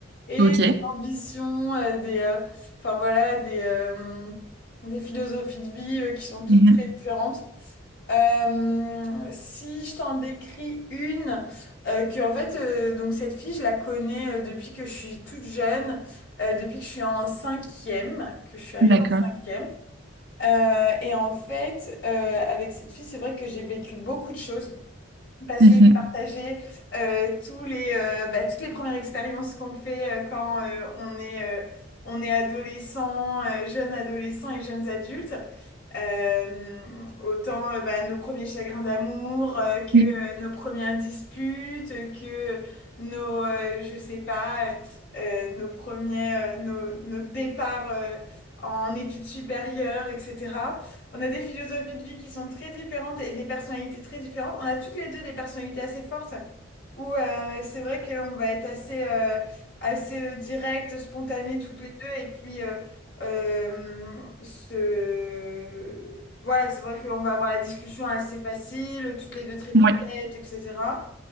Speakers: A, on the left (about 60°); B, on the right (about 55°).
A: et
B: Ok.
A: des ambitions, euh, des, euh, enfin voilà, des, euh, des philosophies de vie euh, qui sont toutes
B: Mhm.
A: très différentes. Euh, si je t'en décris une, euh, que en fait, euh, donc cette fille, je la connais euh, depuis que je suis toute jeune, euh, depuis que je suis en cinquième, que je suis arrivée
B: D'accord.
A: en cinquième. Euh, et en fait, euh, avec cette fille, c'est vrai que j'ai vécu beaucoup de choses. Parce
B: Mhm.
A: que j'ai partagé euh, tous les, euh, bah, toutes les premières expériences qu'on fait euh, quand euh, on est, euh, on est adolescent, euh, jeune adolescent et jeunes adultes. Euh, autant euh, bah, nos premiers chagrins d'amour euh, que
B: Mhm.
A: euh, nos premières disputes, euh, que nos, euh, je sais pas, euh, euh, nos premiers, euh, nos, nos départs euh, en études supérieures, etc. On a des philosophies de vie qui sont très différentes et des personnalités très différentes. On a toutes les deux des personnalités assez fortes où euh, c'est vrai qu'on va être assez, euh, assez euh, direct, spontané toutes les deux. Et puis, euh, euh, ce... voilà, c'est vrai qu'on va avoir la discussion assez facile, toutes les deux très pipelettes,
B: Mhm. Ouais.
A: etc.